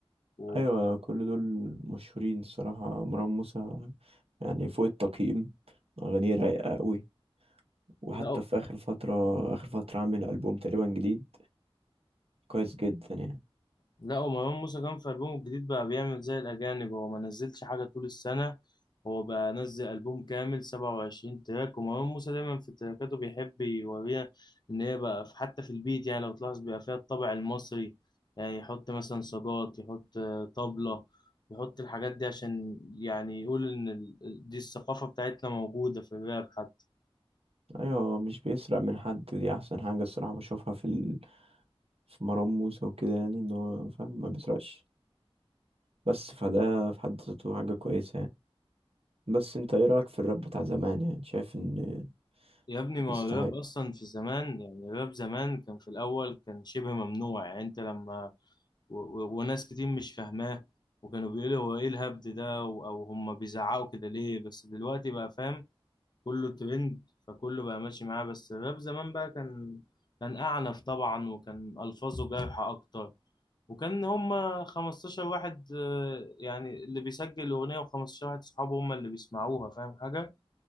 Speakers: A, on the left (about 45°); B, on the right (about 75°).
A: و...
B: ايوه كل دول مشهورين الصراحة مروان موسى يعني فوق التقييم اغانيه رايقة قوي وحتى
A: لا
B: في اخر فترة اخر فترة عامل البوم تقريبا جديد كويس جدا يعني
A: لا ومروان موسى كان في ألبومه الجديد بقى بيعمل زي الأجانب هو ما نزلش حاجة طول السنة هو بقى نزل ألبوم كامل 27 تراك ومروان موسى دايما في تراكاته بيحب يوريها إن هي بقى في حتى في البيت يعني لو تلاحظ بيبقى فيها الطابع المصري يعني يحط مثلا صاجات يحط آه، طبلة يحط الحاجات دي عشان يعني يقول إن ال- ال- دي الثقافة بتاعتنا موجودة في الراب حتى
B: ايوه مش بيسرق من حد دي احسن حاجة الصراحة بشوفها في ال... في مروان موسى وكده يعني ان هو فاهم ما بيسرقش بس فده في حد ذاته حاجة كويسة يعني بس انت ايه رأيك في الراب بتاع زمان يعني شايف ان
A: يا ابني ما
B: يستحق
A: هو الراب أصلا في زمان يعني الراب زمان كان في الأول كان شبه ممنوع يعني أنت لما و- و- وناس كتير مش فاهماه وكانوا بيقولوا هو ايه الهبد ده و- او هم بيزعقوا كده ليه بس دلوقتي بقى فاهم كله ترند فكله بقى ماشي معاه بس الراب زمان بقى كان كان أعنف طبعا وكان ألفاظه جارحة أكتر وكان هم 15 واحد آه، يعني اللي بيسجل الأغنية و15 واحد صحابه هم اللي بيسمعوها فاهم حاجة